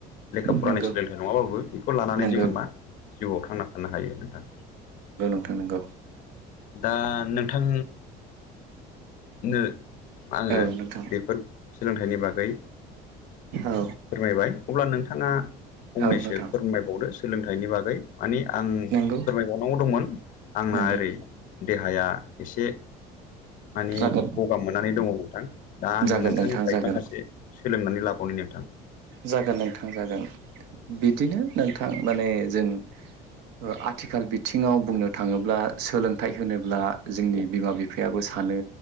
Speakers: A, on the left; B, on the right.
A: लेखा फरानि
B: नंगौ
A: सोलोंथाइ नङाबाबो बेखौ लानानै
B: नंगौ
A: जोङो मा जिउआव थांना थानो हायो नोंथां।
B: थां नंगौ।
A: दा नोंथां नो आङो
B: औ नोंथां
A: बेफोर सोलोंथाइनि बागै
B: औ
A: फोरमायबाय अब्ला नोंथाङा फंनैसो
B: औ नोंथां
A: फोरमायबावदो सोलोंथाइनि बागै माने आं
B: नंगौ
A: फोरमायबावनांगौ दंमोन आं मा
B: नंगौ
A: ओरै देहाया एसे माने
B: जागोन
A: गगा मोननानै दङ नोंथां दा आं
B: जागोन
A: नोंथांनिफ्राय
B: नोंथां जागोन
A: माखासे सोलोंनानै लाबावनि नोंथां।
B: जागोन नोंथां जागोन बिदिनो नोंथां माने जों ओ आथिखाल बिथिङाव बुंनो थाङोब्ला सोलोंथाइ होनोब्ला जोंनि बिमा बिफायाबो सानो